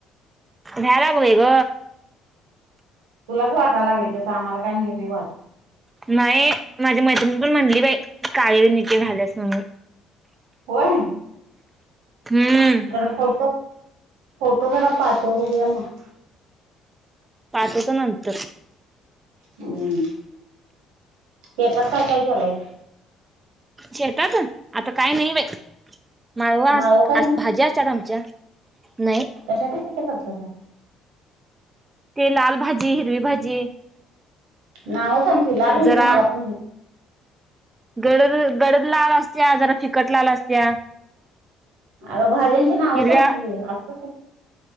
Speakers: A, on the right; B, on the right.
A: भ्या लागलोय ग
B: तुला काय वाटा लागलय ते सांग मला काय माहित नाही बाबा
A: नाही माझ्या मैत्रिणी पण म्हणटली बाई काळी मिट्ट झाल्यास म्हणून
B: होय
A: हम्म
B: जरा फोटो फोटो जरा पाठव बघूया मग
A: पाटवतो नंतर
B: हम्म हे करताय काय झालाय
A: शेतात आता काय नाही बाई माळवा
B: माळव काय
A: अस भाज्या असतात आमच्या नाही
B: कशा कशाच्या खतरतासा
A: ते लाल भाजी हिरवी भाजी
B: नाव सांग की लाल हिरवी
A: जरा
B: मला पण
A: गडद गडद लाल असत्या जरा फिकट लाल असत्या
B: अग भाज्यांची नाव
A: हिरव्या
B: सांग की असकस